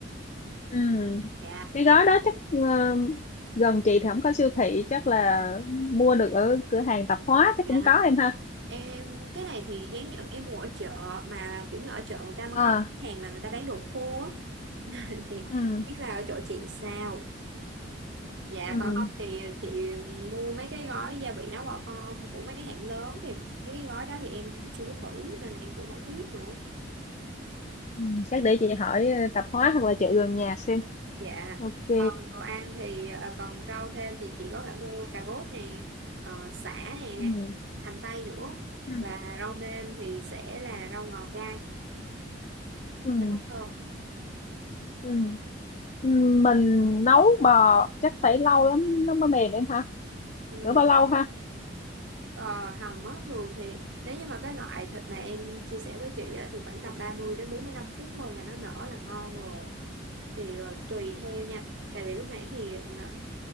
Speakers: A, on the left (about 40°); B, on the right (about 65°).
A: ừ
B: Dạ
A: cái gói đó chắc ờ, gần chị thì không có siêu thị chắc là mua được ở cửa hàng tạp hóa chắc
B: Dạ.
A: cũng có em ha
B: Em cái này thì giống như em ngồi ở chợ mà kiểu như ở chợ người ta mà
A: à
B: có hàng mà người ta bán đồ khô á thì
A: ừ
B: biết là ở chỗ chị sao. Dạ
A: ừ
B: còn không thì chị mua mấy cái gói gia vị nấu bò con của mấy cái hãng lớn thì mấy cái gói đó thì em cũng chưa có thử nên là em cũng không biết nữa.
A: ừ. chắc để chị hỏi ờ, tạp hóa hoặc là chợ gần nhà xem
B: Dạ.
A: ok
B: Còn đồ ăn thì ờ, còn rau thêm thì chị có thể mua cà rốt nè, ờ, sả nè,
A: ừ
B: hành tây nữa
A: ừ
B: và rau nêm thì sẽ là rau ngò gai
A: ừ
B: cho nó thơm.
A: ừ Ừ, mình nấu bò chắc phải lâu lắm nó mới mềm em ha
B: Ừ.
A: rửa bao lâu ha
B: Ờ, hầm á, thường thì nếu như mà cái loại thịt mà em chia sẻ với chị á, thì khoảng tầm 30 đến 45 phút thôi là nó nở là ngon rồi thì ờ, tùy theo nha tại vì lúc nãy thì nợ-